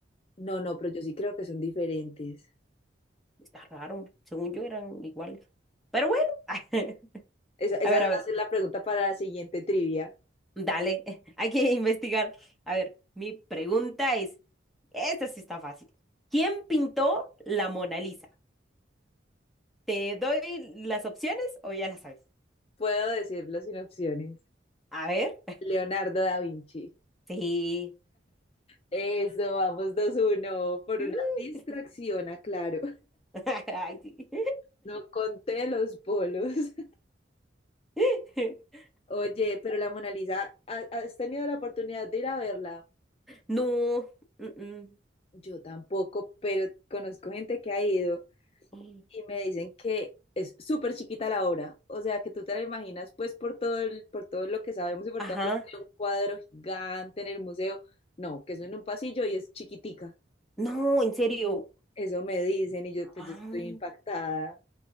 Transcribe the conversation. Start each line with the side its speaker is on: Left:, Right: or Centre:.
Left: No, no, pero yo sí creo que son diferentes.
Centre: está raro. Según yo eran iguales. Pero bueno. <laughs>
Left: Esa, esa
Centre: A ver,
Left: va
Centre: a ver,
Left: a ser la pregunta para la siguiente trivia.
Centre: dale, <laughs> hay que investigar. A ver, mi pregunta es, esta sí está fácil. ¿Quién pintó la Mona Lisa? ¿Te doy las opciones o ya las sabes?
Left: Puedo decirlo sin opciones.
Centre: A ver,
Left: Leonardo da Vinci.
Centre: sí.
Left: Eso, vamos dos uno. por
Centre: Uh,
Left: una distracción, aclaro.
Centre: <laughs> ay, sí.
Left: No conté los bolos.
Centre: <laughs>
Left: Oye, pero la Mona Lisa, ¿ha- ¿has tenido la oportunidad de ir a verla?
Centre: No. mm,
Left: Yo tampoco, pero conozco gente que ha ido
Centre: mm.
Left: y me dicen que es súper chiquita la obra. O sea, que tú te la imaginas, pues, por todo el- por todo lo que sabemos y por
Centre: Ajá.
Left: toda la historia, un cuadro gigante en el museo. No, que eso en un pasillo y es chiquitica.
Centre: No, en serio.
Left: Eso me dicen y yo,
Centre: Ah.
Left: pues, yo estoy impactada.